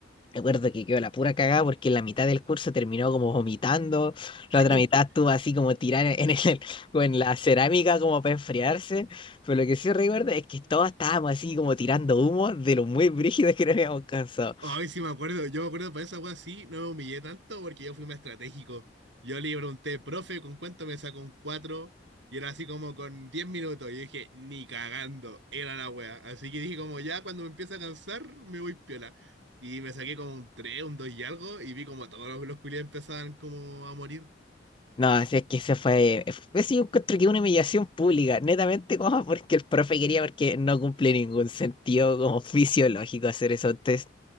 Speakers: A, on the left; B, on the right.
A: Recuerdo que quedó la pura cagada porque la mitad del curso terminó como vomitando,
B: <laughs>
A: la otra mitad estuvo así como tirada en el, <laughs> como en la cerámica como para enfriarse, pero lo que sí recuerdo es que todos estábamos así como tirando humo de lo muy brígido que nos habíamos cansado.
B: Ay, sí me acuerdo. Yo me acuerdo para esa wea sí, no me humillé tanto porque yo fui más estratégico. Yo le pregunté, profe, ¿con cuánto me sacó un 4? Y era así como con 10 minutos. Y yo dije, ni cagando, era la wea. Así que dije como ya cuando me empieza a cansar, me voy piola. Y me saqué como un 3 un 2 y algo, y vi como todos los, los culiados empezaban como a morir.
A: No, así es que se fue, ese yo encuentro que una humillación pública, netamente como porque el profe quería, porque no cumple ningún sentido como fisiológico hacer esos test.